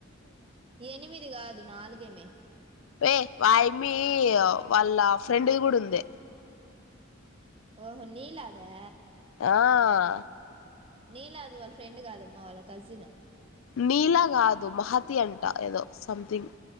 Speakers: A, on the right; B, on the left.
A: ఎనిమిది గాదు నాలుగేమే
B: వయ్ వాయమ్మి వాళ్ళ ఫ్రెండ్ గుడా ఉంది
A: ఓహో నిలాదా
B: ఆ హా
A: నీలాదు వాళ్ళ ఫ్రెండ్ గాదమ్మ వాళ్ళ కజిన్
B: నీలా గాదు మహతి అంట ఏదో సమ్థింగ్